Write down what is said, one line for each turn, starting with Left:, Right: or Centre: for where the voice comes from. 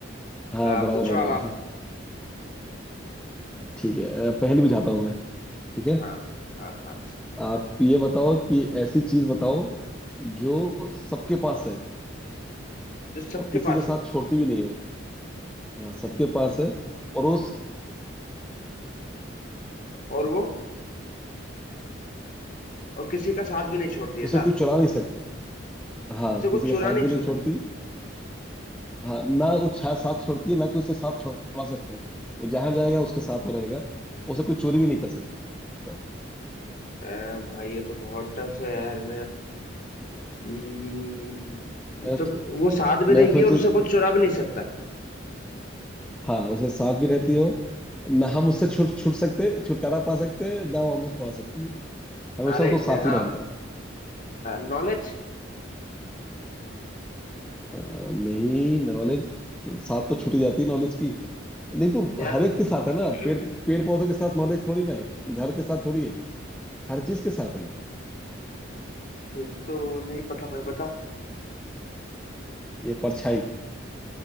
Centre: हाँ
Left: अ,
Centre: बराबर
Left: पूछो
Centre: हो गया
Left: अब आप
Centre: है ठीक है अ, पहली बुझाता हूँ मैं ठीक है
Left: हाँ हाँ हाँ
Centre: आप ये बताओ कि ऐसी चीज बताओ जो सबके पास है
Left: जो सबके
Centre: और किसी
Left: पास
Centre: के साथ
Left: है
Centre: छोड़ती भी नहीं हो हाँ सबके पास है और उस
Left: और वो और किसी का साथ भी नहीं छोड़ती ऐसा
Centre: उसे कोई चुरा नहीं सकता हाँ
Left: उसे
Centre: किसी
Left: कुछ
Centre: के
Left: चुरा
Centre: साथ
Left: नहीं
Centre: भी नहीं
Left: छोता
Centre: छोड़ती हाँ ना वो छा साथ छोड़ती है ना कोई उसे साथ छोड़ा सकता है वो जहां जाएगा उसके साथ वो रहेगा उसे कोई चोरी भी नहीं कर सकता
Left: अ, भाई ये तो बहुत टफ है यार हम्म,
Centre: मैं
Left: तो वो साथ भी
Centre: मैं
Left: रहेगी
Centre: थोड़ी
Left: और
Centre: सी
Left: उसे कुछ चुरा भी नहीं सकता
Centre: हाँ उसे साथ भी रहती हो ना हम उससे छुट छुट सकते छुटकारा पा सकते हैं ना वो हमसे छुड़ा सकती है हमेशा
Left: अरे
Centre: उसको साथ
Left: हाँ
Centre: ही रहना है
Left: नॉलेज
Centre: अ, नहीं नॉलेज साथ तो छूटी जाती है नॉलेज की नहीं तो
Left: यार
Centre: हर एक के साथ है ना
Left: <clears throat>
Centre: पेड़ पेड़ पौधों के साथ नॉलेज थोड़ी ना है घर के साथ थोड़ी है हर चीज के साथ है वो
Left: फिर तो नहीं पता भाई बता
Centre: ये परछाई